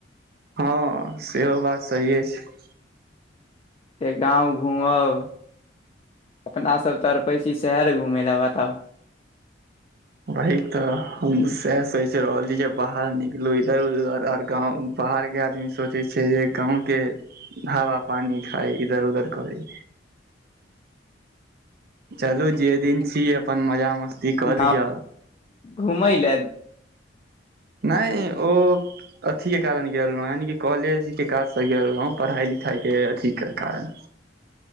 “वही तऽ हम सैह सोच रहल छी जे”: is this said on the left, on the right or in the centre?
Right